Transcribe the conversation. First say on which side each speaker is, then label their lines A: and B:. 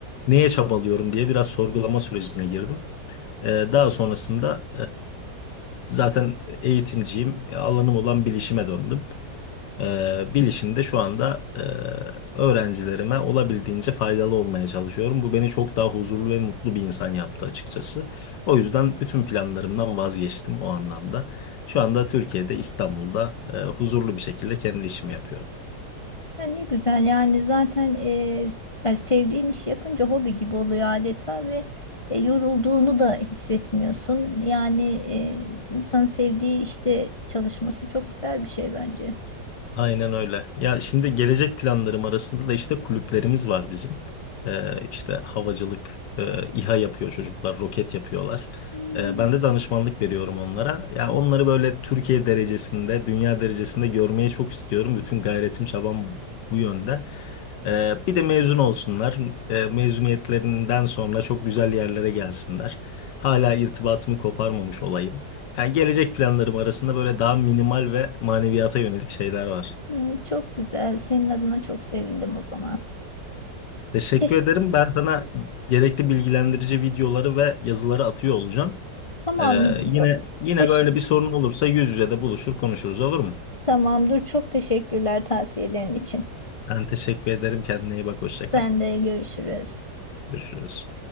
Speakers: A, on the left; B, on the left.
A: neye çabalıyorum diye biraz sorgulama sürecine girdim. Ee, daha sonrasında e, zaten eğitimciyim. Alanım olan bilişime döndüm. Ee, bilişimde şu anda e, öğrencilerime olabildiğince faydalı olmaya çalışıyorum. Bu beni çok daha huzurlu ve mutlu bir insan yaptı açıkçası. O yüzden bütün planlarımdan vazgeçtim o anlamda. Şu anda Türkiye'de, İstanbul'da e, huzurlu bir şekilde kendi işimi yapıyorum.
B: Ya ne güzel yani zaten e, s- yani sevdiğin işi yapınca hobi gibi oluyor adeta ve e, yorulduğunu da hissetmiyorsun. Yani e, insanın sevdiği işte çalışması çok güzel bir şey bence.
A: Aynen öyle. Ya şimdi gelecek planlarım arasında da işte kulüplerimiz var bizim. Ee, işte havacılık, e, İHA yapıyor çocuklar, roket yapıyorlar.
B: Hmm.
A: Ee, ben de danışmanlık veriyorum onlara. Ya onları böyle Türkiye derecesinde, dünya derecesinde görmeye çok istiyorum. Bütün gayretim, çabam bu yönde. Ee, bir de mezun olsunlar. Ee, mezuniyetlerinden sonra çok güzel yerlere gelsinler. Hala irtibatımı koparmamış olayım. Yani gelecek planlarım arasında böyle daha minimal ve maneviyata yönelik şeyler var.
B: Hmm, Çok güzel. Senin adına çok sevindim o zaman.
A: Teşekkür
B: Teş-
A: ederim. Ben sana gerekli bilgilendirici videoları ve yazıları atıyor olacağım.
B: Tamam.
A: Ee, yine
B: o-
A: yine
B: o ş-
A: böyle bir sorun olursa yüz yüze de buluşur konuşuruz olur mu?
B: Tamam, dur. Çok teşekkürler tavsiyelerin için.
A: Ben teşekkür ederim. Kendine iyi bak. Hoşça kal.
B: Ben de görüşürüz.
A: Görüşürüz.